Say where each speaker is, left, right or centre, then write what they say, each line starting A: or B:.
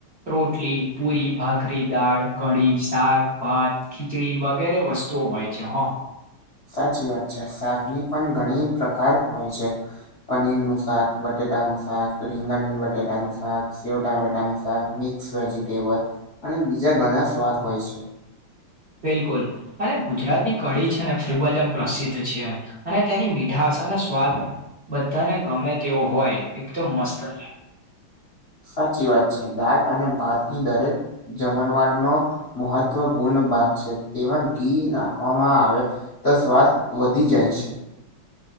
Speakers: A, on the right (about 50°); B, on the left (about 55°).
A: રોટલી, પૂરી, ભાખરી, દાળ, કઢી, શાક ભાત ખીચડી વગેરે વસ્તુઓ હોય છે હો.
B: સાચી વાત છે શાકની પણ ઘણી પ્રકાર હોય છે. પનીરનું શાક, બટેાટાનું શાક, રીંગન બટેાટાનું શાક, સેવ ટમેટા નું સાગ, મિક્સ મિક્સ વેજીિટેબલ અને બીજા ઘણા સ્વાદ હોય છે.
A: બિલકુલ અને ગુજરાતની કઢી છે ને ખૂબ જ આમ પ્રસિદ્ધ છે અને તેની મીઠા ઢાસને અને સ્વાદ બધાને ગમે તેવો હોય એકદમ મસ્ત જ લાગે.
B: સાચી વાત છે દાલ અને ભાતની દરેક જમણવાર નો મહત્વપૂર્ણ ભાગ છે તેમાં ઘી નાખવામાં આવે તો સ્વાદ વધી જાય છે.